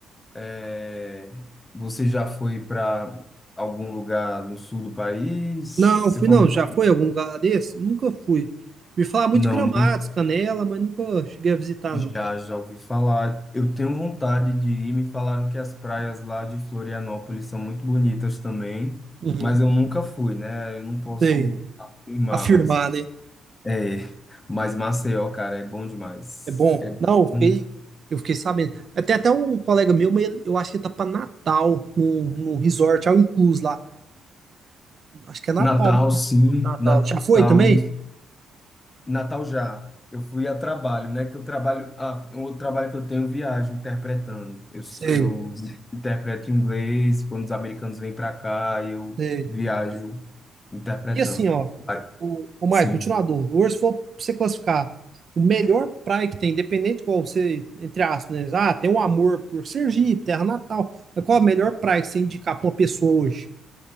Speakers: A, on the left; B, on the right.
A: É, Você já foi para algum lugar no sul do país?
B: Não,
A: Você
B: fui
A: falou,
B: não. Já foi em algum lugar desse? Nunca fui. Me falar muito
A: não,
B: de Gramados,
A: nem-
B: Canela, mas nunca cheguei a visitar,
A: já,
B: não.
A: já ouvi falar. Eu tenho vontade de ir. Me falaram que as praias lá de Florianópolis são muito bonitas também,
B: Uhum.
A: mas eu nunca fui, né? Eu não posso
B: Sei.
A: afirmar,
B: afirmar,
A: mas
B: né?
A: é, mas Maceió, cara, é bom demais.
B: É bom.
A: É
B: Não, eu
A: bom.
B: fiquei, eu fiquei sabendo. até até um colega meu, mas ele- eu acho que ele tá pra Natal, no, no resort, ao incluso lá. Acho que é Natal.
A: Natal,
B: né?
A: sim,
B: Natal.
A: Natal
B: Já foi também?
A: e Natal já. Eu fui a trabalho, né? Que eu trabalho. Ah, um outro trabalho que eu tenho, viagem, interpretando. Eu, s-
B: Sei,
A: eu interpreto inglês quando os americanos vêm para cá, eu
B: sei.
A: viajo interpretando.
B: E assim, ó,
A: Ah,
B: o, o Maicon,
A: Sim.
B: continua a dúvida. Hoje, se for pra você classificar o melhor praia que tem, independente de qual você, entre aspas, né? Ah, tem um amor por Sergipe, terra natal. Mas qual a melhor praia que você indicar pra uma pessoa hoje?